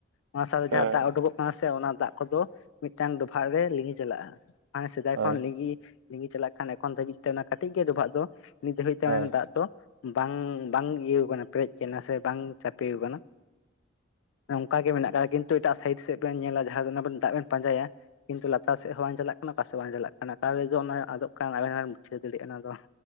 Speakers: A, on the left (about 80°); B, on the right (about 75°).
A: ᱚᱱᱟ ᱥᱟᱶᱛᱮ
B: ᱦᱳᱭ
A: ᱡᱟᱦᱟᱸ ᱫᱟᱜ ᱳᱰᱳᱠᱚᱜ ᱠᱟᱱᱟ ᱥᱮ, ᱚᱱᱟ ᱫᱟᱜ ᱠᱚᱫᱚ ᱢᱤᱫᱴᱟᱝ ᱰᱚᱵᱷᱟᱜ ᱨᱮ ᱞᱤᱸᱜᱤ ᱪᱟᱞᱟᱜ-ᱟ ᱦᱟᱱᱮ ᱥᱮᱫᱟᱭ
B: ᱦᱳᱭ
A: ᱠᱷᱚᱱ ᱞᱤᱸᱜᱤ ᱞᱤᱸᱜᱤ ᱪᱟᱞᱟᱜ ᱠᱟᱱ ᱮᱠᱷᱚᱱ ᱫᱷᱟᱹᱵᱤᱡ ᱛᱮ ᱚᱱᱟ ᱠᱟᱹᱴᱤᱡ ᱜᱮᱭᱟ ᱰᱚᱵᱷᱟᱜ ᱫᱚ ᱱᱤᱛ ᱫᱷᱟᱹᱵᱤᱡ ᱛᱮ
B: ᱦᱳᱭ
A: ᱚᱱᱟ ᱫᱟᱜ ᱫᱚ ᱵᱟᱝ ᱵᱟᱝ ᱤᱭᱟᱹᱣ ᱠᱟᱱᱟ ᱯᱮᱨᱮᱡ ᱠᱟᱱᱟ ᱥᱮ ᱵᱟᱝ ᱪᱟᱯᱮᱣ ᱠᱟᱱᱟ᱾ ᱚᱝᱠᱟᱜᱮ ᱢᱮᱱᱟᱜ ᱠᱟᱫᱟ᱾ ᱠᱤᱱᱛᱩ ᱮᱴᱟᱜ ᱥᱟᱭᱤᱰ ᱥᱮᱫ ᱵᱮᱱ ᱧᱮᱞᱟ ᱡᱟᱦᱟᱸ ᱫᱚ ᱚᱱᱟ ᱵᱮᱱ ᱫᱟᱜ ᱵᱮᱱ ᱯᱟᱸᱡᱟᱭᱟ ᱠᱤᱱᱛᱩ ᱞᱟᱛᱟᱨ ᱥᱮᱫ ᱦᱚᱸ ᱵᱟᱝ ᱪᱟᱞᱟᱜ ᱠᱟᱱᱟ ᱚᱠᱟ ᱥᱮᱫ ᱵᱟᱝ ᱪᱟᱞᱟᱜ ᱠᱟᱱᱟ᱾ ᱚᱠᱟᱨᱮ ᱡᱮ ᱚᱱᱟ ᱟᱫᱚᱜ ᱠᱟᱱ ᱟᱞᱟᱝ ᱦᱚᱸ ᱵᱟᱞᱟᱝ ᱵᱩᱡᱷᱟᱹᱣ ᱫᱟᱲᱮᱭᱟᱜ ᱠᱟᱱᱟ ᱚᱱᱟ ᱫᱚ᱾